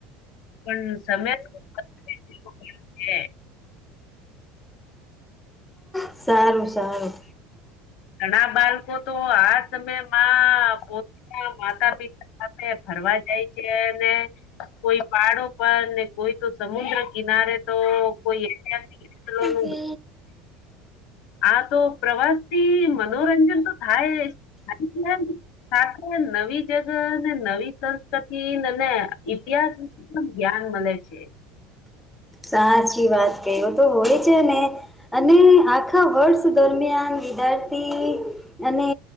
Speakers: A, on the left; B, in the centre.
A: પણ સમય <unintelligible>
B: સારું સારું
A: ઘણા બાળકો તો આ સમયમાં પો માતા પિતા સાથે ફરવા જાય છે, અને કોઈ પાહડો પર ને કોઈ તો સમુદ્ર કિનારે તો કોઈ ઐતિહાસિક સ્થળોનું
B: <unintelligible>
A: આ તો પ્રવાસ થી મનોરંજન તો થાય થાય જાય સાથે નવી જગ નવી સંસ્કૃતિ અને ઈતિહાસ એકદમ જ્ઞાન મળે છે.
B: સાચી વાત કહી હો તો હોળી છે ને અને આખા વર્ષ દરમિયાન વિદ્યાર્થી અને